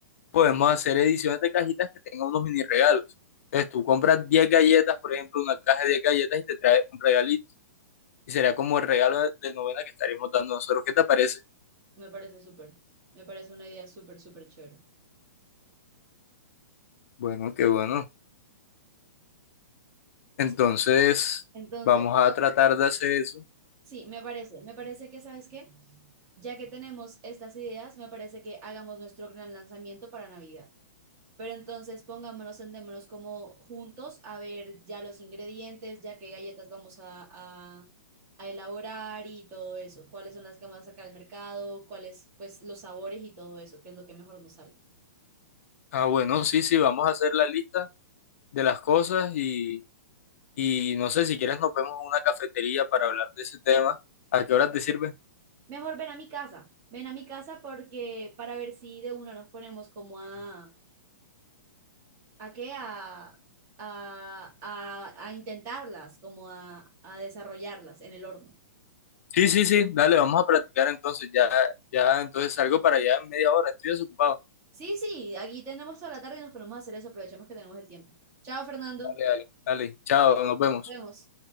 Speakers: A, on the left; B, on the right.
A: podemos hacer ediciones de cajitas que tengan unos mini regalos. Entonces tú compras 10 galletas, por ejemplo, una caja de 10 galletas y te trae un regalito. Y será como el regalo de novena que estaremos dando nosotros. ¿Qué te parece?
B: Me parece súper, me parece una idea súper, súper chévere.
A: Bueno, qué bueno. Entonces,
B: Sí. Entonces,
A: vamos a tratar de hacer eso.
B: Sí, me parece, me parece que, ¿sabes qué? Ya que tenemos estas ideas, me parece que hagamos nuestro gran lanzamiento para Navidad. Pero entonces pongámonos, sentémonos como juntos a ver ya los ingredientes, ya qué galletas vamos a, a- a elaborar y todo eso. Cuáles son las que vamos a sacar al mercado, cuáles, pues, los sabores y todo eso, qué es lo que mejor nos sale.
A: Ah, bueno, sí, sí, vamos a hacer la lista de las cosas y, y no sé, si quieres nos vemos en una cafetería para hablar de ese tema. ¿A qué hora te sirve?
B: Mejor ven a mi casa, ven a mi casa porque para ver si de una nos ponemos como a ¿A qué? A, a, a, a intentarlas, como a, a desarrollarlas en el horno.
A: Sí, sí, sí, dale, vamos a practicar entonces. Ya, ya, entonces salgo para allá en media hora. Estoy desocupado.
B: Sí, sí, aquí tenemos toda la tarde y nos ponemos a hacer eso. Aprovechemos que tenemos el tiempo. Chao, Fernando.
A: Dale, dale, dale. Chao, nos vemos.
B: Nos vemos.